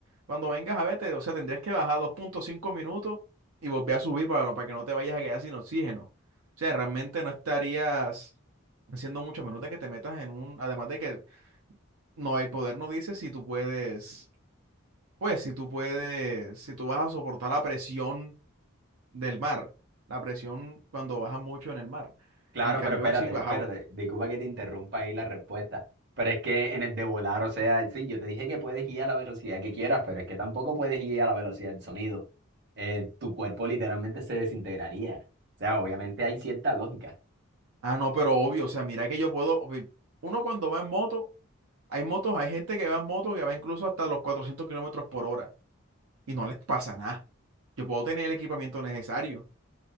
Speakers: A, on the right; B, on the right.
A: cuando vengas a verte, o sea, tendrías que bajar dos punto cinco minutos y volver a subir para, no, para que no te vayas a quedar sin oxígeno. O sea, realmente no estarías haciendo mucho a menos de que te metas en un, además de que no, el poder no dice si tú puedes, pues si tú puedes, si tú vas a soportar la presión del mar, la presión cuando bajas mucho en el mar.
B: Claro,
A: En cambio,
B: pero espérate,
A: si bajaba,
B: espérate, disculpa que te interrumpa ahí la respuesta, pero es que en el de volar, o sea, sí, yo te dije que puedes ir a la velocidad que quieras, pero es que tampoco puedes ir a la velocidad del sonido. Eh, tu cuerpo literalmente se desintegraría. O sea, obviamente hay cierta lógica. <laughs>
A: ah, no, pero obvio, o sea, mira que yo puedo, uno cuando va en moto Hay motos, hay gente que va en moto que va incluso hasta los 400 kilómetros por hora y no les pasa nada. Yo puedo tener el equipamiento necesario.